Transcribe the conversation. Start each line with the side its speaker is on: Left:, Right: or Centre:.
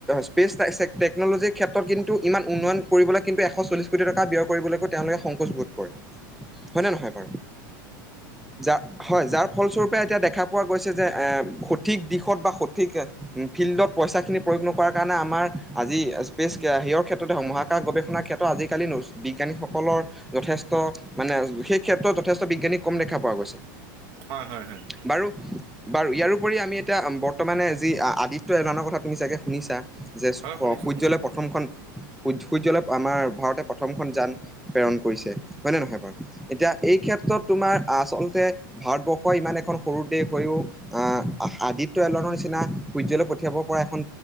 Centre: স্পেচ টেকনলজিৰ ক্ষেত্ৰত কিন্তু ইমান উন্নয়ন কৰিবলৈ কিন্তু এশ চল্লিশ কোটি টকা ব্যয় কৰিবলৈকো তেওঁলোকে সংকোচ বোধ কৰে। হয় নে নহয় বাৰু যা। হয় যাৰ ফলস্বৰূপে এতিয়া দেখা পোৱা গৈছে যে এ সঠিক দিশত বা সঠিক ফিল্ডত পইচাখিনি প্ৰয়োগ নকৰাৰ কাৰণে আম আমাৰ আজি স্পেচ সেয়ৰ ক্ষেত্ৰতে হ মহাকাশ গৱেষণাৰ ক্ষেত্ৰত আজিকালি বিজ্ঞানীসকলৰ। যথেষ্ট মানে সেই ক্ষেত্ৰত যথেষ্ট বিজ্ঞানী কম দেখা পোৱা গৈছে।
Right: হয় হয় হয়
Centre: বাৰু বাৰু ইয়াৰপৰি আমি এটা বত- বৰ্তমানে যি আদিত্য <unintelligible> তুমি চাগে শুনিছা যে সূৰ্যলে
Right: হয় শুনিছো শুনিছো
Centre: প্ৰথমখন
Right: হয়
Centre: সূৰ্যলৈ আমাৰ ভাৰতৰ প্ৰথম কোনখন যান প্ৰেৰণ কৰিছে হয় নে নহয় বাৰু এতিয়া এই ক্ষেত্ৰত তোমাৰ আচলতে ভাৰতবৰ্ষ ইমান এখন সৰু দেশ হৈও। অহ আদিত্য এলৱানৰ নিচিনা সূৰ্যলৈ পঠিয়াব পৰা এখন